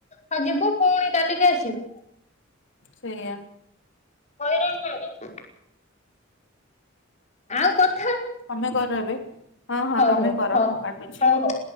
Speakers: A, on the left; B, on the left.
A: ଆଉ ଯିବୁ ପୁଣି କାଲିକି ଆସିବୁ।
B: ସେଇଆ।
A: ହଇ ରାଣ ନା ନାଇ। ଆଉ କ
B: ତମେ କର ଏବେ ହଁ ହଁ
A: ହଉ
B: ତମେ
A: ହଉ
B: କର
A: ହଉ
B: ମୁ କାଟୁଛି।
A: ହଉ ହଉ।